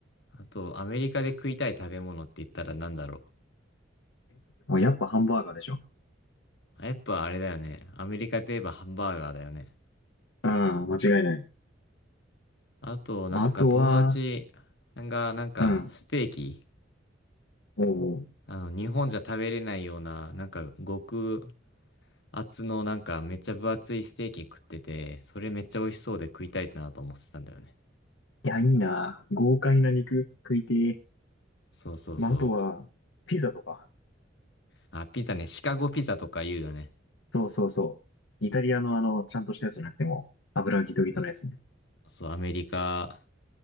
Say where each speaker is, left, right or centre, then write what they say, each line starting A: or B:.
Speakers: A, on the left (about 65°); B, on the left (about 85°).
A: あと、アメリカで食いたい食べ物って言ったらなんだろ
B: もうやっぱハンバーガーでしょ。
A: う。やっぱあれだよね。アメリカといえばハンバーガーだよね。
B: うん、間違いない。
A: あと、なんか友達が、
B: まああとは、
A: なんか、
B: うん。
A: ステーキ
B: おお。
A: あの、日本じゃ食べれないような、なんか、極厚の、なんか、めっちゃ分厚いステーキ食ってて、それめっちゃ美味しそうで食いたいなと思ってたんだよね。
B: いや、いいな。豪快な肉食いてえ
A: そうそうそう。
B: まあ、あとは、ピザとか。
A: あ、ピザね、シカゴピザとか言うよね。
B: そうそうそう。イタリアのあの、ちゃんとしたやつじゃなくても、油ギトギトのやつね。
A: そう、そう、アメリカ、